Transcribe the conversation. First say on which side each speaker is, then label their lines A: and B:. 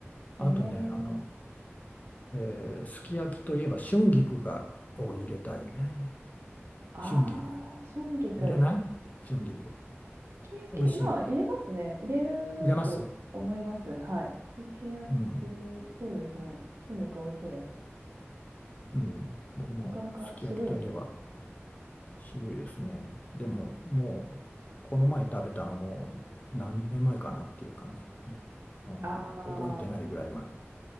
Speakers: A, on the left; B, on the right.
A: あとね、
B: ええ
A: あの、
B: ー
A: えーすき焼きといえば春菊がを入れたいね。
B: ああ、
A: 春菊。
B: 春菊。
A: 入れない春菊。
B: すき焼き、
A: 美味しいよ。
B: まあ、入れますね。入れると思います。
A: 入れます
B: はい。すき焼き、
A: うん、
B: そうですね。春菊、美味しいです。
A: うん。僕もすき焼きといえば
B: なかなか渋いですね。
A: 渋いですね。でも、もう、この前食べたのもう何年前かなっていう感じよね。うん覚えてないぐらい前。
B: ああ、